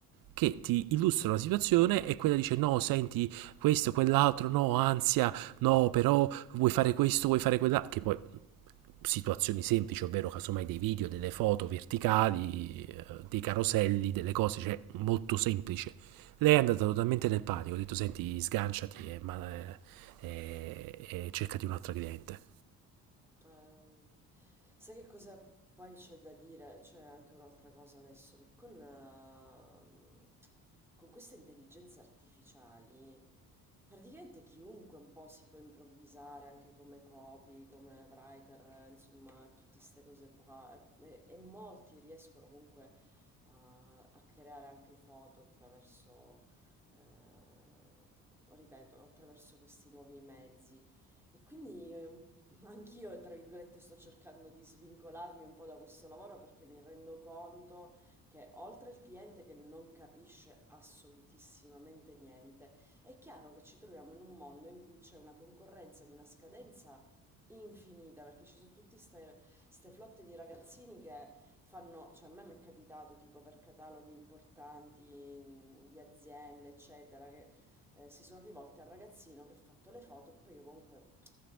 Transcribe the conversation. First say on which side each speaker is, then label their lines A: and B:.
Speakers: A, on the right (about 50°); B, in the centre.
A: che ti illustra una situazione e quella dice no, senti, questo, quell'altro, no, ansia, no, però vuoi fare questo, vuoi fare quella, che poi situazioni semplici, ovvero casomai dei video, delle foto verticali, eh, dei caroselli, delle cose, cioè molto semplice. Lei è andata totalmente nel panico, ho detto senti sganciati e, ma- eh, e- e cercati un'altra cliente.
B: Ehm, sai che cosa poi c'è da dire? C'è anche un'altra cosa adesso, che con, ehm, con queste intelligenze artificiali, praticamente chiunque un po' si può improvvisare anche come copy, come writer, eh, insomma, tutte queste cose qua. E, e e molti riescono comunque a, a creare anche foto attraverso, eh, ripeto, attraverso questi nuovi mezzi. E quindi eh, un Anch'io, tra virgolette, sto cercando di svincolarmi un po' da questo lavoro perché mi rendo conto che oltre al cliente che non capisce assolutissimamente niente, è chiaro che ci troviamo in un mondo in cui c'è una concorrenza di una scadenza infinita perché ci sono tutte queste flotte di ragazzini che fanno, cioè a me mi è capitato tipo per cataloghi importanti mh, di aziende, eccetera, che eh, si sono rivolte al ragazzino che ha fatto le foto, poi io comunque